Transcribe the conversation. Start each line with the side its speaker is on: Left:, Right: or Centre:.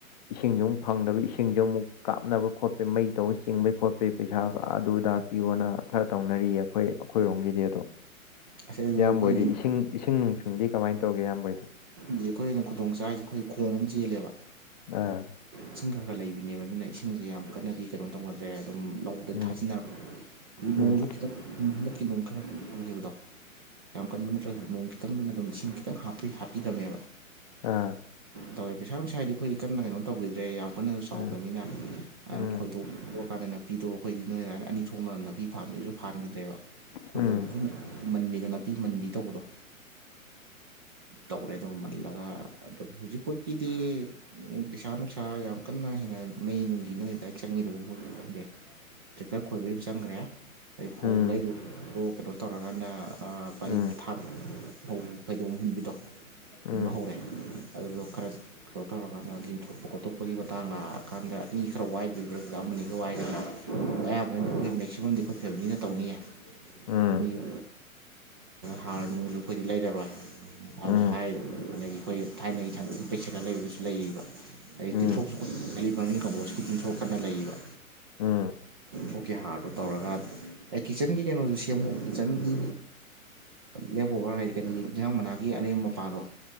Left: ꯏꯁꯤꯡꯁꯨ ꯑꯃꯨꯛ ꯐꯪꯗꯕ ꯏꯁꯤꯡꯁꯨ ꯑꯃꯨꯛ ꯀꯥꯞꯅꯕ ꯈꯣꯠꯄꯩ ꯃꯩ ꯇꯧꯕ ꯆꯤꯡꯕꯩ ꯈꯣꯠꯄꯩ ꯄꯩꯁꯥ ꯑꯗꯨꯗ ꯄꯤꯌꯣꯅ ꯈꯔ ꯇꯧꯅꯔꯤꯌꯦ ꯑꯩꯈꯣꯏ ꯑꯩꯈꯣꯏꯔꯣꯝꯒꯤꯗꯤ ꯑꯗꯣ
Right: ꯑꯁ ꯑꯗꯨ
Left: ꯏꯌꯥꯝꯕꯣꯏꯗꯤ
Right: ꯑꯩꯈꯣꯏꯒꯤ
Left: ꯏꯁꯤꯡ ꯏꯁꯤꯡ ꯅꯨꯡꯁꯨꯡꯗꯤ ꯀꯃꯥꯏꯅ ꯇꯧꯒꯦ ꯏꯌꯥꯝꯕꯣꯏꯗꯤ
Right: ꯑꯩꯈꯣꯏꯅ ꯈꯨꯗꯣꯡ ꯆꯥꯔꯤꯁꯦ ꯑꯩꯈꯣꯏ ꯈꯣꯡ ꯑꯃ ꯆꯦꯜꯂꯦꯕ
Left: ꯑꯥ
Right: ꯏꯁꯤꯡ ꯈꯔ ꯈꯔ ꯂꯩꯕꯅꯦꯕ ꯑꯗꯨꯅ ꯏꯁꯤꯡꯁꯦ ꯌꯥꯝ ꯀꯟꯅꯗꯤ ꯀꯩꯅꯣ ꯇꯧꯅꯗ꯭ꯔꯦ ꯑꯗꯨꯝ ꯑ
Left: ꯎꯝ
Right: ꯊꯥꯖꯤꯟꯅꯔꯛꯄ
Left: ꯎꯝ
Right: ꯅꯣꯡꯁꯨ ꯈꯤꯇꯪ ꯍꯟꯗꯛꯀꯤ ꯅꯣꯡ ꯈꯔ ꯐꯪꯈꯤꯕꯗꯣ ꯌꯥꯝ ꯀꯟꯕ ꯅꯠꯇ꯭ꯔꯁꯨ ꯅꯣꯡ ꯈꯤꯇꯪꯅ ꯑꯗꯨꯝ ꯏꯁꯤꯡ ꯈꯤꯇꯪ ꯍꯥꯄꯤ ꯍꯥꯞꯄꯤꯔꯕꯃꯦ
Left: ꯑꯥ
Right: ꯇꯧꯋꯦ ꯄꯩꯁꯥ ꯅꯨꯡꯁꯥ ꯍꯥꯏꯗꯤ ꯑꯩꯈꯗꯤ ꯀꯟꯅ ꯀꯩꯅꯣ ꯇꯧꯈꯤꯗ꯭ꯔꯦ ꯌꯥꯝ ꯀꯅꯁꯨ ꯆꯥꯎꯗꯕꯅꯤꯅ
Left: ꯎꯝ
Right: ꯑꯗꯨꯝ
Left: ꯎꯝ
Right: ꯈꯣꯏꯗꯣꯛ ꯀꯥꯟꯗ ꯅꯥꯄꯤꯗꯣ ꯑꯩꯈꯣꯏꯗꯤ ꯅꯣꯏ ꯑꯗꯨꯃꯥꯏꯅ ꯑꯅꯤ ꯊꯣꯛꯅ ꯅꯥꯄꯤ ꯐꯥꯟꯥꯟꯕꯕꯩꯁꯨ ꯐꯥꯟꯈꯤꯗ꯭ꯔꯦꯕ ꯈꯣꯏꯗꯣꯛ
Left: ꯎꯝ
Right: ꯃꯟꯕꯤꯗꯣ ꯅꯥꯄꯤ ꯃꯟꯕꯤ ꯇꯧꯕꯗꯣ ꯇꯧꯔꯦ ꯑꯗꯨꯒ ꯃꯜꯂꯒ ꯑꯗꯣ ꯍꯧꯖꯤꯄꯒꯤꯗꯤ ꯎꯝ ꯄꯩꯁꯥ ꯅꯨꯡꯁꯥ ꯌꯥꯝ ꯀꯟꯅ ꯍꯦꯟꯅ ꯃꯩ ꯅꯨꯡꯒꯤ ꯅꯨ ꯍ ꯆꯪꯈꯤꯗ ꯆꯪꯗꯦ ꯇ꯭ꯔꯦꯛꯇꯔ ꯈꯣꯏꯕꯒꯤ ꯆꯪꯈ꯭ꯔꯦ ꯍꯥꯏꯗꯩ
Left: ꯎꯝ
Right: ꯐꯧ ꯂꯩꯗꯨꯗ ꯀꯩꯅꯣ ꯇꯧꯔꯀꯥꯟꯗ ꯕꯥꯂꯤ
Left: ꯎꯝ
Right: ꯊꯥꯛ ꯐꯧ ꯐꯩꯗꯣꯛꯝ ꯍꯨꯟꯕꯤꯗꯣ
Left: ꯎꯝ
Right: ꯍꯨꯟꯕ ꯍꯧꯔꯦ ꯑꯗꯨꯗ ꯈꯔ ꯀꯩꯅꯣ ꯇꯧꯔꯀꯥꯟꯗ ꯂꯤꯡꯊꯣꯛꯄ ꯈꯣꯠꯇꯣꯛꯄꯒꯤ ꯃꯇꯥꯡ ꯂꯥꯛꯑꯀꯥꯟꯗ ꯃꯤ ꯈꯔ ꯋꯥꯏꯗꯣꯏꯕꯥ ꯑꯃꯅꯤ ꯋꯥꯏꯗꯅ ꯑꯌꯥꯝꯕꯅ ꯃꯦꯛꯁꯤꯃꯝꯗꯤ ꯑꯩꯈꯣꯏ ꯐꯦꯃꯤꯂꯤꯅ ꯇꯧꯅꯤꯌꯦ
Left: ꯎꯝ ꯎꯝ
Right: ꯃꯤ ꯍꯥꯔ ꯅꯨꯡꯁꯨ ꯑꯩꯈꯣꯏꯗꯤ ꯂꯩꯔꯔꯣꯏ ꯍꯥꯏꯕ
Left: ꯎꯝ
Right: ꯍꯥꯏꯔꯤꯕ ꯑꯗꯒꯤ ꯑꯩꯈꯣꯏ ꯊꯥꯏꯅꯒꯤ ꯊꯟꯗꯣꯛꯒꯤ ꯄꯦꯁꯦꯠꯠꯇ ꯂꯩꯕꯗꯨꯁꯨ ꯂꯩꯌꯦꯕ ꯑꯗꯗꯒꯤ
Left: ꯎꯝ
Right: ꯇꯤꯊꯣꯛꯁꯨ ꯑꯦꯂꯤꯚꯔꯃꯤꯟ ꯀꯝꯄꯣꯁꯀꯤ ꯇꯤꯟꯊꯣꯛ ꯀꯟꯅ ꯂꯩꯔꯤꯕ
Left: ꯎꯝ
Right: ꯑꯣꯀꯦ ꯍꯥꯔꯗꯣ ꯇꯧꯔꯒ ꯑꯩ ꯀꯤꯠꯆꯟꯒꯤ ꯀꯩꯅꯣꯁꯨ ꯁꯦꯝꯃꯣ ꯀꯤꯠꯆꯟꯒꯤ ꯂꯦꯞ ꯑꯣꯣꯕꯔ ꯍꯥꯏꯗꯤ ꯀꯔꯤ ꯂꯩꯍꯥꯡ ꯃꯅꯥꯒꯤ ꯑꯅꯦꯝ ꯃꯄꯥꯗꯣ